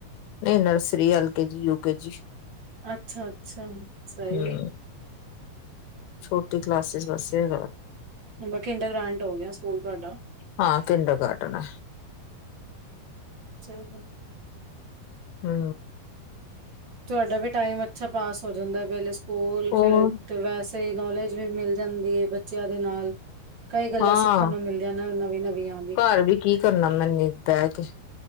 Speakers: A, on the left; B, on the right.
A: ਨਹੀਂ nursery L K G UK G.
B: ਅੱਛਾ, ਅੱਛਾ ਸਹੀ।
A: ਹਮ ਛੋਟੀ ਕਲਾਸਿਸ ਵਾਸੇ
B: ਬਾਕੀ ਇੰਡਾਗ੍ਰਾਂਟ ਹੋ ਗਿਆ ਸਕੂਲ ਤੁਹਾਡਾ।
A: ਹਾ ਕਿੰਡਰ ਗਾਰਡਨ।
B: ਚਲ।
A: ਹਾ।
B: ਤੁਹਾਡਾ ਵੀ ਟਾਈਮ ਅੱਛਾ ਪਾਸ ਹੋ ਜਾਂਦਾ ਪਹਿਲੇ ਸਕੂਲ
A: ਹੋਰ
B: ਫਿਰ ਤੇ ਵੈਸੇ ਹੀ ਨੌਲੇਜ ਵੀ ਮਿਲ ਜਾਂਦੀ ਹੈ ਬੱਚਿਆਂ ਦੇ ਨਾਲ ਕਈ ਗੱਲਾਂ
A: ਹਾਂ
B: ਸਿੱਖਣ ਨੂੰ ਮਿਲ ਨਵੀਆਂ, ਨਵੀਆਂ।
A: ਘਰ ਵੀ ਕੀ ਕਰਨਾ ਮੈਨੇ ਬਹਿ ਕੇ।